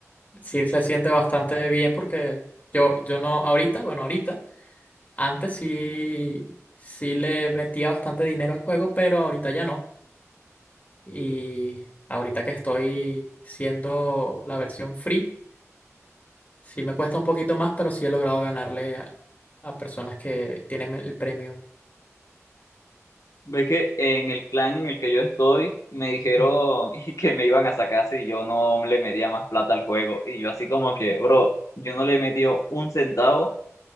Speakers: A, on the left; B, on the left.
A: sí se siente bastante bien porque yo, yo no, ahorita, bueno, ahorita, antes sí, sí le metía bastante dinero al juego, pero ahorita ya no. Y ahorita que estoy siendo la versión free, sí me cuesta un poquito más, pero sí he logrado ganarle a, a personas que tienen el premium.
B: Ve que en el clan en el que yo estoy me dijeron <laughs> que me iban a sacar si yo no le metía más plata al juego. Y yo así como que, bro, yo no le he metido un centavo